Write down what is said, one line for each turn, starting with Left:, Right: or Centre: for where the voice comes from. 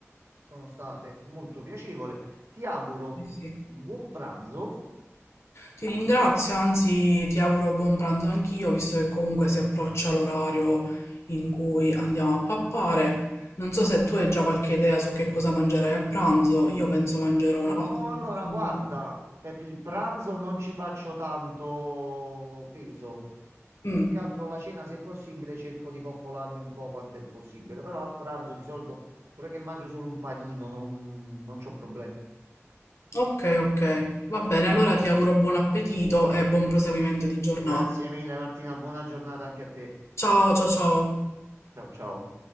Right: sono state molto piacevoli. Ti auguro
Left: sì, sì.
Right: buon pranzo
Left: Ti ringrazio, anzi ti auguro buon pranzo anch'io, visto che comunque si approccia l'orario in cui andiamo a pappare. Non so se tu hai già qualche idea su che cosa mangerai a pranzo, io penso mangerò una
Right: No,
Left: pasta col
Right: allora
Left: sugo.
Right: guarda, per il pranzo non ci faccio tanto peso.
Left: Mm,
Right: Più che altro la cena, se è possibile, cerco di coccolarmi un po' quanto è possibile. Però al pranzo di solito, pure che mangio solo un panino, non, non c'ho problemi.
Left: ok, ok, va bene, allora ti auguro buon appetito e buon proseguimento di giornata.
Right: Grazie mille Martina, buona giornata anche a te.
Left: Ciao, ciao, ciao.
Right: Ciao ciao.